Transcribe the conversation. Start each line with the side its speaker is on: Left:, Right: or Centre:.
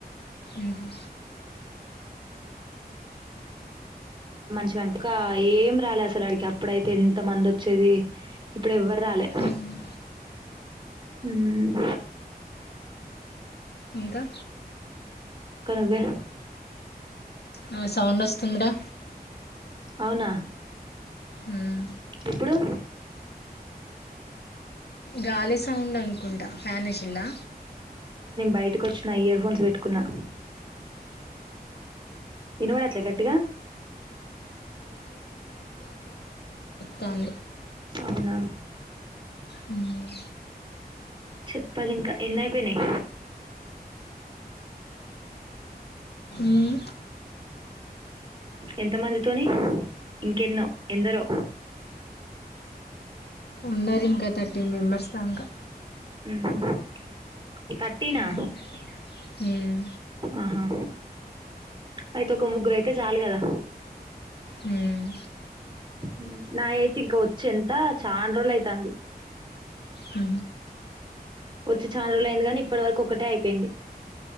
Left: ఉహు
Right: మంచి వెనపక ఏం రాలేదు అసలు అడికి అప్పుడైతే ఎంత మంది వచ్చేది ఇప్పుడు ఎవరు రాలే
Left: మ్మ్.
Right: ఊమ్
Left: ఇంకా
Right: నువ్వే.
Left: నవ్ సౌండ్ వస్తుందిరా
Right: అవునా
Left: మ్మ్.
Right: ఇప్పుడు
Left: గాలి సౌండ్ అనుకుంటా ఫ్యానిష్ ఇలా
Right: బయటకు వచ్చిన ఇయర్ఫోన్స్ పెట్టుకున్నా వినవడేట్ల గట్టిగా
Left: తాంది
Right: అవునా
Left: ఉమ్
Right: చెప్పాలి ఇంకా ఎన్ని అయిపోయినాయి
Left: ఊమ్
Right: ఎంత మందితోని ఇంకెన్నో ఎందరో
Left: ఉన్నారు ఇంకా తట్ టన్ మెంబర్స్ దాంకా
Right: ఉమ్ హు థర్టీనా
Left: మ్మ్. మ్మ్.
Right: ఆహా అయితే ఒక ముగ్గురు అయితే చాలు కదా
Left: ఉమ్
Right: ఉమ్ నా అయితే ఇంక వచ్చి ఎంత చాలా రోజులు అయితంది
Left: ఉ హు
Right: వచ్చి ఛానరోలు అయింది కాని ఇప్పటి వరకు ఒకటే అయిపోయింది